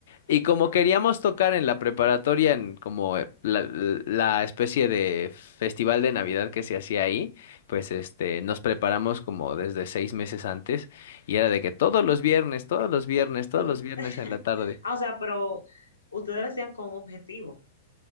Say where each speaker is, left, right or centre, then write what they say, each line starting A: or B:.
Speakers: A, on the left (about 60°); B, on the left (about 80°).
A: Y como
B: Ok.
A: queríamos tocar en la preparatoria, en como eh, la, la especie de festival de Navidad que se hacía ahí, pues este, nos preparamos como desde seis meses antes y era de que todos los viernes, todos los viernes, todos
B: Entonces,
A: los viernes
B: <laughs>
A: en la tarde.
B: Ah, o sea, pero ustedes lo hacían con un objetivo.